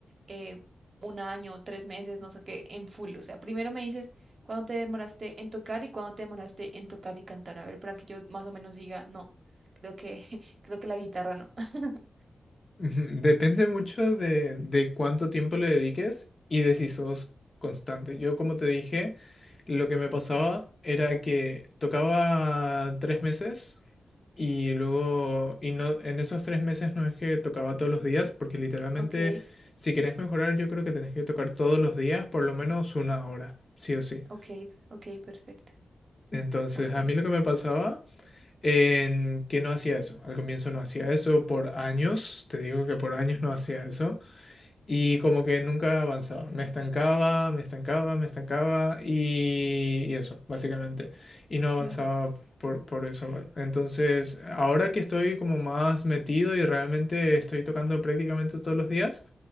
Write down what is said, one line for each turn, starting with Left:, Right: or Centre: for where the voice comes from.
Right: eh, un año, tres meses, no sé qué, en full. O sea, primero me dices cuándo te demoraste en tocar y cuándo te demoraste en tocar y cantar. A ver, para que yo más o menos diga, no, creo que, <laughs> creo que la guitarra no. <laughs>
Left: Ujú, Depende mucho de, de cuánto tiempo le dediques y de si sos constante. Yo, como te dije, lo que me pasaba era que tocaba tres meses y luego, y no, en esos tres meses no es que tocaba todos los días, porque literalmente,
Right: Ok,
Left: si querés mejorar, yo creo que tenés que tocar todos los días por lo menos una hora, sí o sí.
Right: ok, ok, perfecto.
Left: Entonces,
Right: Ok,
Left: a mí lo que me pasaba en que no hacía eso. Al comienzo no hacía eso por años, te digo que por años no hacía eso. Y como que nunca avanzaba, me estancaba, me estancaba, me estancaba y, y eso, básicamente. Y no avanzaba
Right: claro.
Left: por, por eso. bueno. Entonces, ahora que estoy como más metido y realmente estoy tocando prácticamente todos los días,